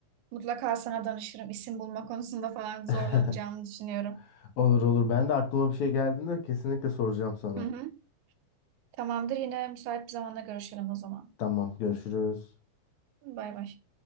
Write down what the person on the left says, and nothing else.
<laughs>
Olur olur. Ben de aklıma bir şey geldiğinde kesinlikle soracağım sana.
Tamam, görüşürüz.